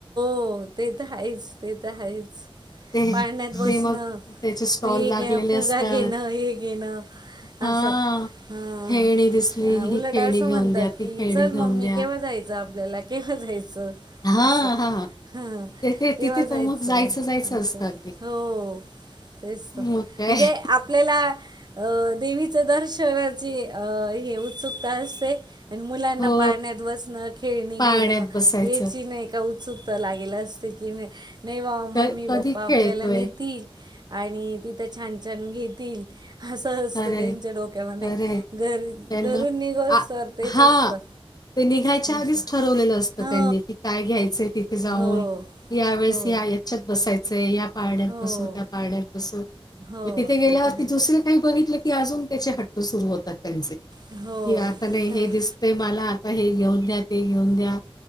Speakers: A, on the right (about 45°); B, on the left (about 40°).
A: हो ते तर आहेच ते तर आहेच
B: ते
A: पाळण्यात बसणं
B: ते मग त्याचे स्टॉल
A: म हे
B: लागलेले
A: घ्या फुगा
B: असतात.
A: घेन हे घेन
B: हां.
A: अस अ
B: खेळणी दिसली ही
A: उलट
B: खेळणी
A: अस म्हणतात
B: घेऊन द्या ती
A: की
B: खेळणी
A: चल
B: घेऊन
A: मम्मी
B: द्या
A: केव्हा जायचं आपल्याला केव्हा जायचं
B: हां
A: असं
B: हां
A: ह
B: ते ते
A: केव्हा
B: तिथे
A: जायचं
B: तर मग जायचं
A: अस
B: असतं अगदी
A: हो. तेच तर
B: मग काय
A: म्हणजे आपल्याला अ देवीच दर्शनाची हे उत्सुकता असते. आणि मुलांना
B: हो
A: पाळण्यात बसणं खेळणी
B: पाळण्यात
A: घेणं
B: बसायचं
A: याची नाही का उत्सुकता लागेलेली अस ते की नाही बाबा
B: क
A: मम्मी
B: कधी
A: पप्पा आपल्याला
B: खेळतोय
A: नेतील. आणि तिथं छान छान घेतील असं असतं
B: खरंय,
A: त्यांच्या डोक्यांमध्यें
B: खरंय.
A: घरी
B: त्यांना
A: घरूंन निघं असतं
B: आ
A: तेचं
B: हां,
A: असतं
B: ते निघांयच्या आधींच
A: असं
B: ठरवलेलं असतं
A: हो
B: त्यांनी कि कायं घ्यायचंय तिथे नं
A: हो
B: यां वेळेस
A: हो
B: यां यांच्यात बसायचं पड्यांत
A: हो
B: बसं त्यां पड्यांत बसूंन
A: हो
B: मंग तिथे गेल्यांवरती
A: ते तर आहे
B: दुसरी कांहीं बघितलं की अजूंन त्यांचे हट्टं सुरूं होतांत त्यांचे की
A: हो
B: आंता नाहीं
A: ते तर
B: हे
A: आहेच
B: दिसतं ते बांला आंता हे घेऊंन द्यां ते घेऊंन द्यां